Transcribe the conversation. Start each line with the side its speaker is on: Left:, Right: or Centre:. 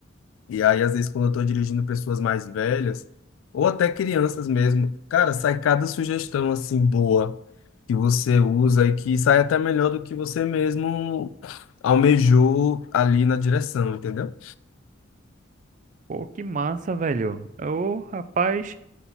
Left: E aí, às vezes, quando eu estou dirigindo pessoas mais velhas, ou até crianças mesmo, cara, sai cada sugestão assim boa que você usa e que sai até melhor do que você mesmo almejou ali na direção, entendeu?
Right: pô, que massa, velho. o rapaz,